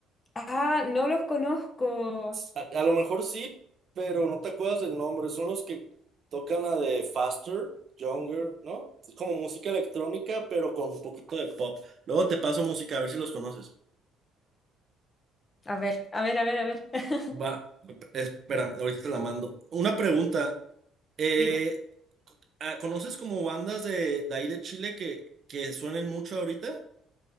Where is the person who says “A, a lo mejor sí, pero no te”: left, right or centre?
Right